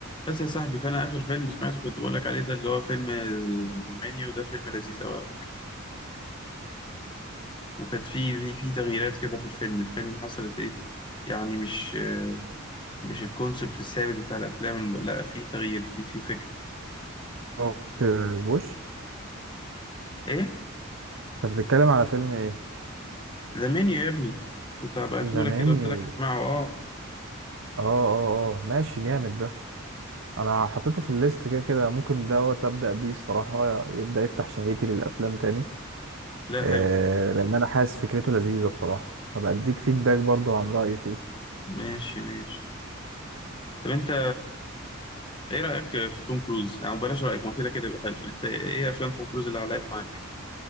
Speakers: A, on the left; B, on the right.
A: بس يا صاحبي فانا اخر فيلم سمعته كنت بقول لك عليه ده اللي هو فيلم ذا مانيو ده فيلم لذيذ قوي على فكره وكانت في في في تغييرات كده في الفيلم الفيلم حصلت ايه يعني مش آه، مش الكونسبت الثابت بتاع الافلام الم- لا في تغيير في في فكره
B: آه، بوش
A: ايه
B: طب بتتكلم على فيلم ايه
A: ذا مانيو يا ابني كنت هبعتهولك
B: زماني
A: كده قلت لك
B: و...
A: اسمعه اه
B: اه اه اه ماشي جامد ده انا حطيته في الليست كده كده ممكن دوت ابدا بيه الصراحه يبدا يفتح شهيتي للافلام تاني
A: لا
B: آه
A: حلو
B: لان انا حاسس فكرته لذيذه بصراحه هبقى اديك فيدباك برضو عن رايي فيه
A: ماشي ماشي طب انت ايه رايك في توم كروز يعني بلاش رايك ما كده كده يبقى حلو انت ايه افلام توم كروز اللي علقت معاك